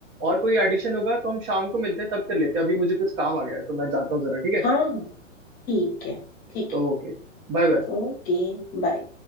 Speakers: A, on the right; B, on the left.
A: और कोई एडिशन होगा तो हम शाम को मिलते हैं तब कर लेते हैं अभी मुझे कुछ काम आ गया है तो मैं जाता हूँ जरा ठीक है
B: हाँ हाँ ठीक है ठीक
A: ओके
B: है
A: Bye bye
B: ओके बाय